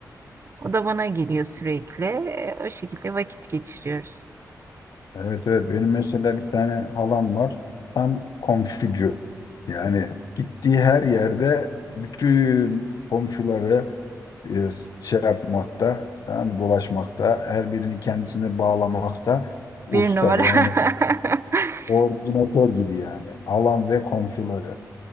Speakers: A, on the right (about 40°); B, on the left (about 70°).
A: O da bana geliyor sürekli. E, o şekilde vakit geçiriyoruz.
B: Evet evet benim mesela bir tane halam var tam komşucu yani gittiği her yerde bütün komşuları e, şey yapmakta tamam mı dolaşmakta her birini kendisine bağlamakta usta
A: Bir numara.
B: yani
A: <laughs>
B: koordinatör gibi yani halam ve komşuları